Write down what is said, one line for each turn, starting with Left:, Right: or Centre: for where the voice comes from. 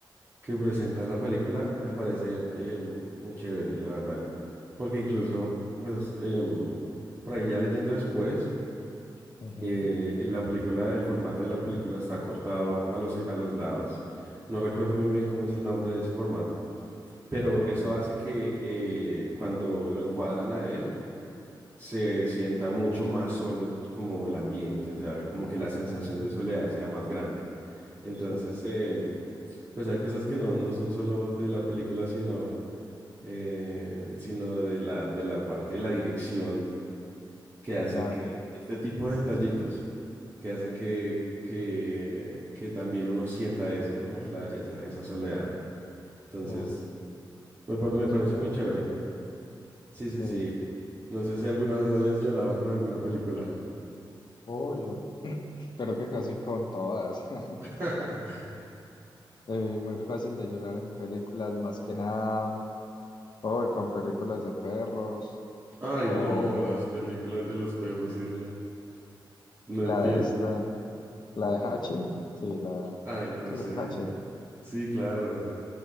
Right: que presenta la película me parece eh, muy chévere, la verdad. Porque incluso, pues, em, por ahí ya leyendo después,
Left: Ujú,
Right: eh, en la película, el formato de la película está cortado a los, a los lados. No recuerdo muy bien cómo es el nombre de ese formato, pero
Left: Ok.
Right: eso hace que eh, cuando lo encuadran a él, se sienta mucho más solo como el ambiente, o sea, como que la sensación
Left: Mm,
Right: de soledad sea más grande. Entonces,
Left: sí,
Right: em, pues hay cosas que no, no son solo de la película, sino, eh, sino de la, de la parte de la dirección que hacen
Left: claro.
Right: que este tipo de detallitos, que hacen que, que, que también uno sienta eso, ¿no? La- esa, esa soledad. Entonces,
Left: Uy.
Right: me, pa- me
Left: Súper
Right: parece muy
Left: interesante.
Right: chévere. Sí,
Left: Sí.
Right: sí, sí. No sé si alguna vez hayas llorado con alguna película.
Left: Oh, yo <clears throat> creo que casi con todas. <laughs>
Right: <laughs>
Left: Eh, muy fácil de llorar en películas, más que nada. Hoy con películas de perros.
Right: Ay,
Left: O
Right: no, las películas de los perros, sí, no. No
Left: la
Right: empieces.
Left: de esta, la de Hachi. Sí, la,
Right: Ay, no
Left: sí,
Right: sé.
Left: la de Hachi.
Right: Sí, claro.